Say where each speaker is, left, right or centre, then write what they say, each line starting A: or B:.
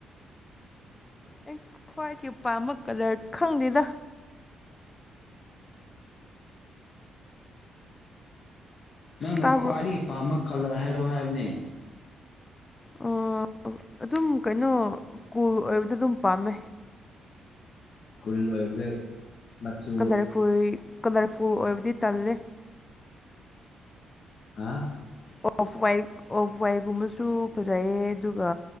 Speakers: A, on the left; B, on the left.
A: ꯑꯩ ꯈ꯭ꯋꯥꯏꯠꯀꯤ ꯄꯥꯝꯕ ꯀꯂꯔ ꯈꯪꯗꯦꯗ
B: ꯅꯪꯅ
A: ꯇꯥꯕ꯭ꯔꯣ
B: ꯈ꯭ꯋꯥꯏꯗꯒꯤ ꯄꯥꯝꯕ ꯀꯂꯔ ꯍꯥꯏꯔꯣ ꯍꯥꯏꯕꯅꯦ
A: ꯑ ꯑꯗꯨꯝ ꯀꯩꯅꯣ ꯀꯨꯜ ꯑꯣꯏꯕꯗ ꯑꯗꯨꯝ ꯄꯥꯝꯃꯦ
B: ꯈꯨꯜ ꯑꯣꯏꯕꯗ ꯃꯆꯨ
A: ꯀꯂꯔꯐꯨꯔ ꯀꯂꯔꯐꯨ ꯑꯣꯏꯕꯗꯤ ꯇꯜꯂꯦ
B: ꯍꯥꯥ
A: ꯑꯣꯐ ꯋꯥꯏꯠ ꯑꯣꯐ ꯋꯥꯏꯠꯀꯨꯝꯕꯁꯨ ꯐꯖꯩꯌꯦ ꯑꯗꯨꯒ